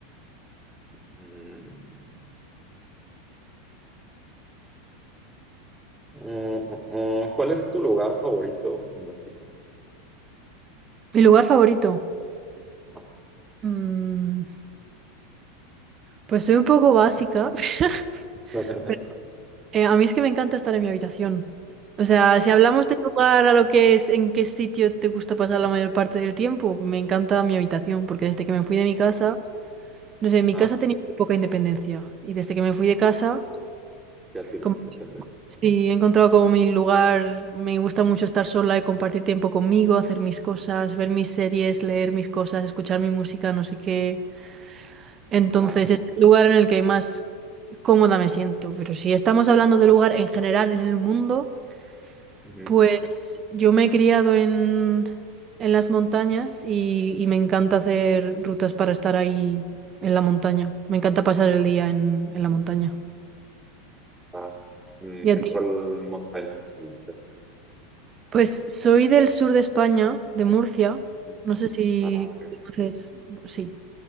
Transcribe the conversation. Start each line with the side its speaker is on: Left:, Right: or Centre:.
Centre: Mm, oh, oh, oh, ¿Cuál es tu lugar favorito? en Latino?
Right: Mi lugar favorito.
Centre: Ah.
Right: Mm, pues soy un poco básica, <laughs>
Centre: <laughs>
Right: pero eh, a mí es que me encanta estar en mi habitación. O sea, si hablamos de lugar a lo que es, en qué sitio te gusta pasar la mayor parte del tiempo, me encanta mi habitación, porque desde que me fui de mi casa... No sé, en mi
Centre: Ah,
Right: casa tenía muy poca independencia y desde que me fui de casa,
Centre: ya tienes
Right: como,
Centre: independencia.
Right: sí, he encontrado como mi lugar, me gusta mucho estar sola y compartir tiempo conmigo, hacer mis cosas, ver mis series, leer mis cosas, escuchar mi música, no sé qué. Entonces
Centre: Ya,
Right: es el lugar en el que más cómoda me siento, pero si estamos hablando de lugar en general en el mundo,
Centre: ujú,
Right: pues yo me he criado en, en las montañas y, y me encanta hacer rutas para estar ahí en la montaña. Me encanta pasar el día en, en la montaña.
Centre: va. ¿En,
Right: ¿Y a
Centre: en
Right: ti?
Centre: cuál montaña estuviste?
Right: Pues soy del sur de España, de Murcia.
Centre: Ujú.
Right: No sé si
Centre: Ah, ok.
Right: conoces. Sí.